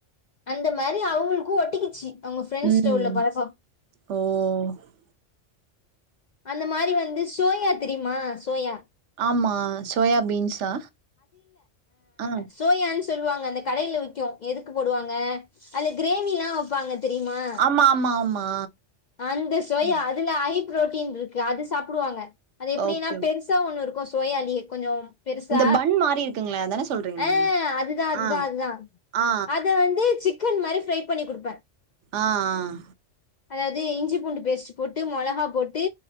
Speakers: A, on the left; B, on the right.
A: அந்த மாரி அவுங்களுக்கு ஒட்டிச்சி கிச்சி அவுங்க ஃப்ரெண்ட்ஸ்ட்ட
B: ம்
A: உள்ள பழக்கோ
B: ஓ
A: அந்த மாரி வந்து சோயா தெரியுமா சோயா
B: ஆமா சோயா பீன்ஸா ஆ
A: சோயான் சொல்வாங்க அந்த கடைல விக்கு எதுக்கு போடுவாங்க அதுல கிரேவிலா வப்பாங்க தெரிமா
B: மா ஆமா ஆமா
A: அந்த சோயா
B: ம்
A: அதுல ஹை புரோட்டீன் இருக்கு அது சாப்டுவாங்க அது எப்டினா
B: ஓகே ஓகே
A: பெருஸ் சா ஒன்னு இருக்கு சோயாலே கொஞ்சோ பெருசா
B: இந்த பன் மாரி இருக்குங்களே அதான சொல்றீங்க
A: ஆ
B: நீங்க
A: அதுதா அதுதா
B: ஆ
A: அதுதா
B: ஆ ஆ
A: அத வந்து சிக்கன் மாரி ஃரை பண்ணி குடுப்ப
B: ஆ ஆ
A: அதாது இஞ்சி பூண்டு பேஸ்ட்டு போட்டு மொளகா போட்டு